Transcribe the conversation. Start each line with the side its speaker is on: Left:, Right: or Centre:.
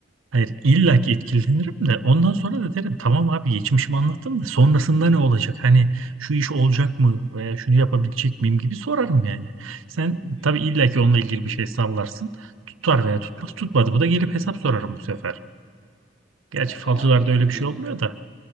Right: Hayır illa ki etkilenirim de ondan sonra da derim tamam abi geçmişimi anlattım da sonrasında ne olacak? Hani şu iş olacak mı veya şunu yapabilecek miyim gibi sorarım yani. Sen
Left: Hmm,
Right: tabii illa ki onunla ilgili bir şey sallarsın. Tutar veya tutmaz.
Left: evet.
Right: Tutmadı mı da gelip hesap sorarım bu sefer. Gerçi
Left: E,
Right: falcılarda
Left: ama yani
Right: öyle
Left: şimdi
Right: bir şey olmuyor da.